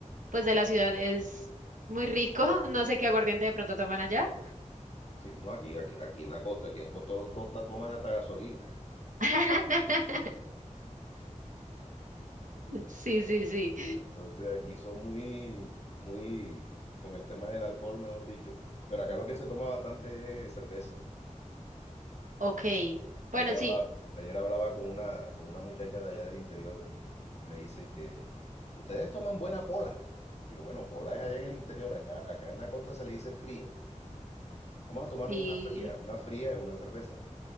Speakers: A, on the right; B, on the left.
A: pues de la ciudad es muy rico. <laughs> No sé qué aguardiente de pronto toman allá.
B: Sí, no, aquí, aquí, aquí en la costa, aquí en Costa, Costa toman hasta gasolina.
A: <laughs> Sí, sí, sí.
B: <laughs> Entonces aquí son muy, muy con el tema del alcohol, mejor dicho. Pero acá lo que se toma bastante es cerveza.
A: Ok.
B: Ayer
A: Bueno,
B: hablaba,
A: sí,
B: ayer hablaba con una, con una muchacha de allá del interior. eh, y Me dice que ustedes toman buena pola. Yo, bueno, pola es allá en el interior, acá, acá en la costa se le dice fría. Vamos a tomarnos
A: sí.
B: una fría. Una fría es una cerveza.